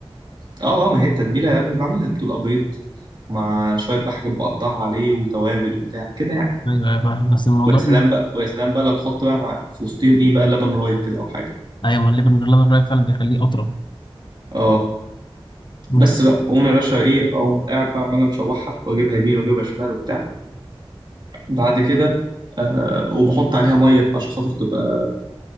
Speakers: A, on the right; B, on the left.
A: اه اه ما هي التتبيلة اللي بعملها بتبقى بيض مع شوية بقى حاجات بقطعها عليه وتوابل وبتاع كده يعني
B: ايوه ايوه فاهم بس الموضوع
A: ويا سلام بقى ويا سلام بقى لو تحط بقى مع... في وسطهم ايه بقى لبن رايب كده او حاجة
B: ايوه ما الليفر من غير لبن رايب فعلا بيخليه اطرى
A: اه
B: مم.
A: بس بقى قوم يا باشا ايه اقوم قاعد بقى عمال مشوحها واجيبها يمين واجيبها شمال وبتاع بعد كده آه وبحط عليها مية عشان خاطر تبقى